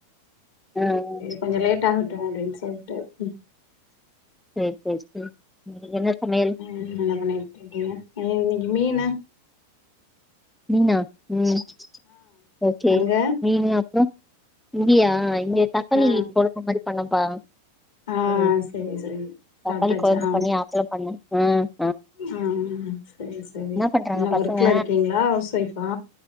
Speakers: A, in the centre; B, on the left.
A: ஆ ஆ
B: கொஞ்ச லேட் ஆகட்டு அப்டின் சொல்ட்டு ம்
A: சேரி சேரி சேரி இன்னைக்கு என்ன சமையல்
B: ம்ம் என்ன பண்ணிக்கிட்ருக்கீங்க அ இன்னைக்கு மீனா
A: மீனா ம் ஓகே
B: அங்க
A: மீனு அப் அப்றோ இங்கயா இங்க தக்காளி
B: ஆ
A: கொழம்பு மாரி பண்ணம்ப்பா
B: ஆ
A: ம்
B: சரி சரி
A: தக்காளி
B: சாப்ட்டாச்சா
A: கொழம்பு பண்ணி அப்பள பண்ணே ஆ
B: ஆ சேரி சேரி
A: பண்றாங்க
B: என்ன
A: பசங்க
B: ஒர்க்ல இருக்கீங்ளா ஹவுஸ் ஒய்ஃபா